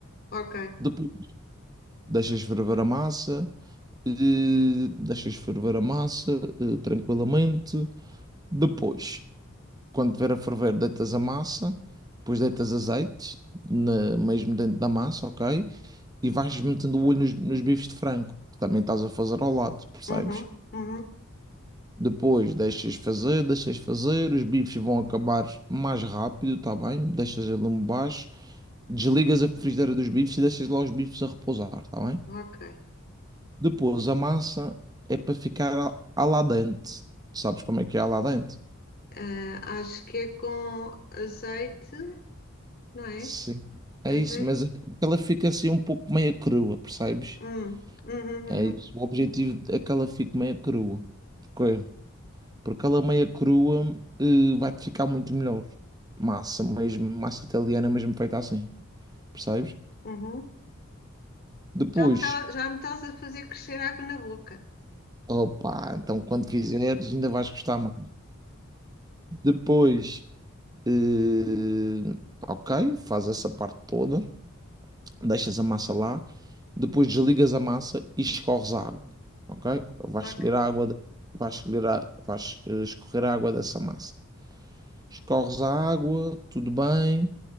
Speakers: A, on the left; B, on the right.
A: Ok.
B: Depois deixas ferver a massa. eh, Deixas ferver a massa eh, tranquilamente. Depois... Quando tiver a ferver, deitas a massa, depois deitas azeite, na- mesmo dentro da massa, ok? E vais metendo o olho nos, nos bifes de frango, que também estás a fazer ao lado, percebes?
A: Uhum, uhum,
B: Depois deixas fazer, deixas fazer, os bifes vão acabar mais rápido, tá bem? Deixas ele lume baixo, desligas a frigideira dos bifes e deixas lá os bifes a repousar, tá bem?
A: ok.
B: Depois a massa é para ficar al- al dente. Sabes como é que é al dente?
A: Ah, acho que é com azeite não é?
B: Sim, é
A: Mas
B: isso,
A: é...
B: mas
A: que-
B: é que ela fica assim um pouco meia crua, percebes?
A: Hum, uhum, uhum,
B: É isso. O objetivo é que ela fique meia crua. Porquê? Porque ela meia crua eh, vai-te ficar muito melhor. Massa mesmo, massa italiana mesmo feita assim, percebes?
A: uhum.
B: Depois,
A: Já me tá- já me estás a fazer crescer água na boca.
B: opa, então quando fizeres ainda vais gostar mais. Depois, eh, ok, faz essa parte toda. deixas a massa lá, depois desligas a massa e escorres a água, ok? Vais
A: Ok,
B: escolher a água, de- vais escolher a, vais eh, escorrer a água dessa massa. Escorres a água, tudo bem,